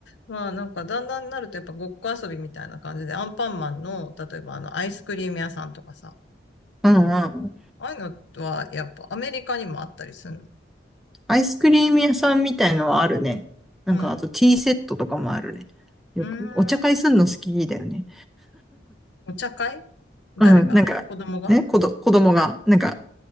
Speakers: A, on the left (about 70°); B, in the centre.
A: まあ、なんかだんだんになるとやっぱごっこ遊びみたいな感じで、アンパンマンの、例えばあの、アイスクリーム屋さんとかさ、
B: うん。
A: ああいうのは、やっぱアメリカにもあったりするの。
B: アイスクリーム屋さんみたいのはあるね。なんか、
A: うん。
B: あとティーセットとかもあるね。
A: う
B: よく、
A: ー
B: お茶会すんの好きだよね。
A: ん。お茶会誰が子供が
B: うん、なんか、ね、子ど、子供が、なんか、